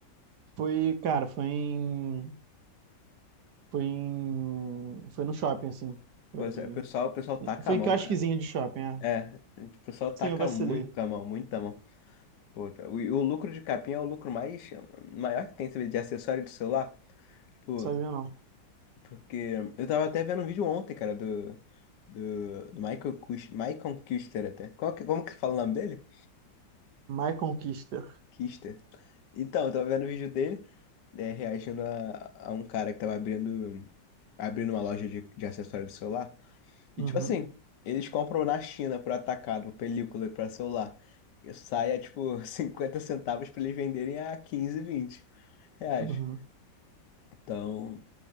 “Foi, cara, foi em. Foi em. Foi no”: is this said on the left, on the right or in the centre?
Right